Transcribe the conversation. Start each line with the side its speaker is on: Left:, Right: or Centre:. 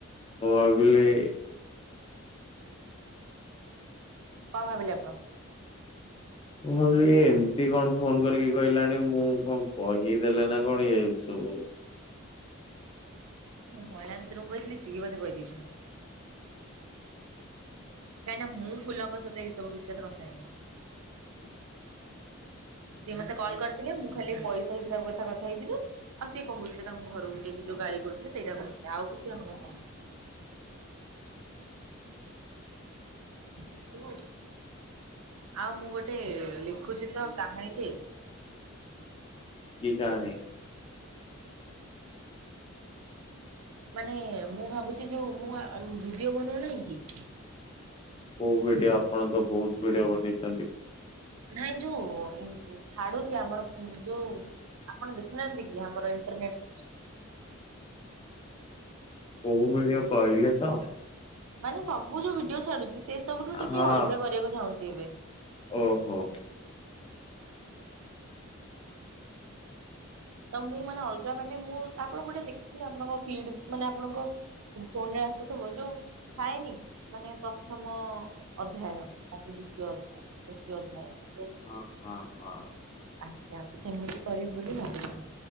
Left: ମୁଁ ଭାବିଲି
Right: କଣ ଭାବିଲେ ଆପଣ?
Left: ମୁଁ ଭାବିଲି, ଏମିତି କଣ ଫୋନ କରିକି କହିଲାଣି ମୁଁ କଣ କହିଦେଲେ ନା କଣ ଇଏ? ସ ହଉ।
Right: ମୁଁ ମହିଳା ମିତ୍ରଙ୍କୁ କହିଥିଲି, ସିଏ ବୋଧେ କହିଦେଇଛନ୍ତିୁ। କାହିଁକି ନା ମୁଁ ଫୁଲଙ୍କ ସହିତ ଏଇ ସବୁ ବିଷୟ ରେ କଥା ହେଇନିି। ସିଏ ମତେ କଲ୍ କରିଥିଲେ। ମୁଁ ଖାଲି ପଇସା ହିସାବ କଥା କଥା ହେଇଥିଲି। ଆଉ ସିଏ କଣ କହୁଥିଲେ ତାଙ୍କୁ ଘରକୁ ଯାଇକି ଯୋଉ ଗାଳି କରୁଥିଲେ, ସେଇଟା କହୁଥିଲେ। ଆଉ କିଛି ଆମେ କଥା ହେଇନୁ। ଶୁ ଆଉ ମୁଁ ଗୋଟେ ଲେଖୁଛି ତ କାହାଣୀ ଟେ
Left: କୀ କାହାଣି?
Right: ମାନେ ମୁଁ ଭାବୁଛି ଯୋଉ ମୁଁ ଭିଡିଓ ବନଉନାହିଁ କି?
Left: କୋଉ ଭିଡିଓ, ଆପଣ ତ ବହୁତ ଭିଡିଓ ବନେଇଛନ୍ତି?
Right: ନାଇଁ ଯୋଉ ଛାଡୁଛି ଆମର, ଯୋଉ ଆପଣ ଦେଖୁନାହାନ୍ତି କି ଆମର ଇଣ୍ଟରନେଟ୍
Left: କୋଉ ଭିଡିଓ କହିଲେ ତ?
Right: ମାନେ ସବୁ ଯୋଉ ଭିଡିଓ ଛାଡୁଛି ସେ ସବୁଠୁ ଟିକେ
Left: ହଁ
Right: ଅଲଗା କରିବାକୁ ଚାହୁଁଛି ଏବେ।
Left: ଓହୋ।
Right: ତ ମୁଁ ମାନେ ଅଲଗା ମାନେ, ମୁଁ ଆପଣ ଗୋଟେ ଦେଖିଥିଲି ଆପଣଙ୍କ ଫିଡ୍, ମାନେ ଆପଣଙ୍କ ଫୋନ ରେ ଆସୁଥିବ ଯଉ ଥାଏନି ମାନେ ପ୍ରଥମ ଅଧ୍ୟାୟ ତା ଦ୍ଵିତୀୟ ଅଧ୍ୟାୟ ତୁତୀୟ ଅଧାୟ।
Left: ହଁ ହଁ ହଁ।
Right: ଆଜ୍ଞା। ସେମିତି କରିବି ବୋଲି ଭାବିଥିଲି।